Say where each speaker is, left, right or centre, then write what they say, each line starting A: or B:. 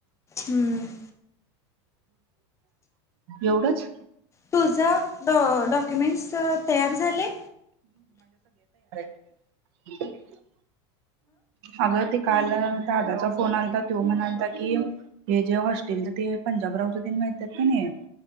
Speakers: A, on the left (about 20°); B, on the right (about 70°).
A: हम्म
B: एवढंच
A: तुझ डॉ डॉक्युमेंट्स तयार झाले?
B: ह अगं ते काल दादाचा फोन आलता त्यो म्हणालता की, हे जे हॉस्टेलच ते पंजाबरावच तेन मिळतात कनी